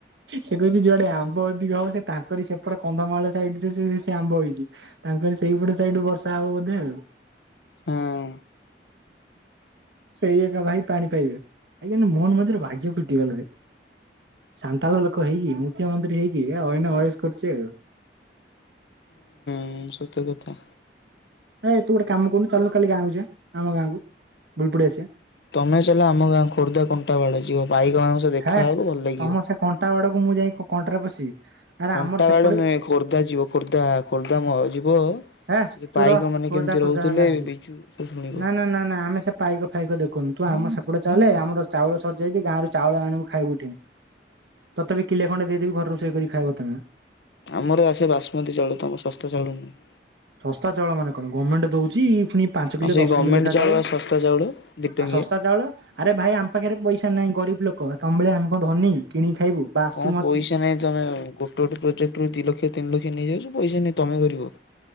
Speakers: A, on the right (about 80°); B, on the left (about 75°).
A: ସେ କହୁଛି ଯୁଆଡେ ଆମ୍ବ ଅଧିକ ହବ ସେ ତାଙ୍କରି ସେପଟେ କନ୍ଧମାଳ ସାଇଟ ରେ ସେ ସେ ଆମ୍ବ ହେଇଛି ତାଙ୍କରି ସେଇପଟେ ସାଇଟ ରେ ବର୍ଷା ହବ ବୋଧେ ଆଉ।
B: ହଁ
A: ସେଇ ଏକା ଭାଇ ପାଣି ପାଇବେ ଏଇ କିନ୍ତୁ ମୋହନ ମଝି ଭାଗ୍ୟ ଫିଟି ଗଲା ରେ। ସାନ୍ତାଳ ଲୋକ ହେଇକି ମୁଖ୍ୟମନ୍ତ୍ରୀ ହେଇକି ଅଇନା ଅଏସ କରୁଛି ଆଉ।
B: ହୁଁ ସତ କଥା।
A: ଆ ଇ ତୁ ଗୋଟେ କାମ କରୁନୁ ଚାଲୁନୁ କାଲି ଗାଁକୁ ଯିବା ଆମ ଗାଁକୁ ବୁଲିପଡ଼ି ଆସିବା।
B: ତମେ ଚାଲ ଆମ ଗାଁ କୁ ଖୋର୍ଦ୍ଧା କଣ୍ଟାମାଳ ଯିବ ଭାଇକଙ୍କ ସହ ଦେଖାହେବ
A: ହେ
B: ଭଲ ଲାଗିବ।
A: ତମ ସେ କଣ୍ଟା ବାଡ଼କୁ ମୁଁ ଯାଇ କଣ୍ଟାରେ ପଶିବି। ଆରେ
B: କଣ୍ଟାବାଡ଼
A: ଆମର ସେପଟେ
B: ନୁହେଁ ଖୋର୍ଦ୍ଧା ଯିବ ଖୋର୍ଦ୍ଧା ଖୋର୍ଦ୍ଧା ମ ଯିବ
A: ହେ
B: ସେଠି
A: ତୁ
B: ପାଇକ
A: ରହ
B: ମାନେ
A: ଖୋଦା
B: କେମିତି
A: ଖୋଦା
B: ରହୁଚନ୍ତି
A: ହେଲା ଖାଲି।
B: ବିଜୁ ସ ଶୁଣିବ।
A: ନା ନା ନା ନା ଆମେ ସେ ପାଇକ ଫାଇକ ଦେଖନି ତୁ ଆମ ସେପଟ ଚାଲେ ଆମର ଚାଉଳ ସରିଯାଇଛି ଗାଁରେ ଚାଉଳ ଆଣିବୁ ଖାଇବୁଠି ତତେବି କିଲେ ଖଣ୍ଡେ ଦେଇଦେବି ଘରେ ରୋଷେଇ କରି ଖାଇବ ତମେ।
B: ଆମର ଆସେ ବାସମତି ଚାଉଳ ତମ ଶସ୍ତା ଚାଉଳ ନୁହେଁ।
A: ଶସ୍ତା ଚାଉଳ ମାନେ କଣ ଗମେଣ୍ଟ ଦଉଚି ଫୁଣି ପାଞ୍ଚ
B: ଆଉ
A: କିଲୋ
B: ସେଇ
A: ଦଶ
B: ଗଭର୍ଣ୍ଣମେଣ୍ଟ
A: କିଲୋ ଲେଖା ଚାଉଳ
B: ଶସ୍ତା ଚାଉଳ ଦି ଟଙ୍କିଆ।
A: ଆ ଶସ୍ତା ଚାଉଳ ଆରେ ଭାଇ ଆମ ପାଖରେ ପଇସା ନାହିଁ ଗରିବି ଲୋକ ତମ ଭଳିଆ ଆମେ କଣ ଧନୀ। କିଣିକି ଖାଇବୁ। ବାସୁମତୀ।
B: କଣ ପଇସା ନାଇଁ ତମେ ଗୋ ଟେ ଗୋଟେ ପ୍ରୋଜେକ୍ଟ ରୁ ଦିଇ ଲକ୍ଷ ତିନି ଲକ୍ଷ ନେଇଯାଉଛ ପଇସା ନାହିଁ ତମେ ଗରିବ।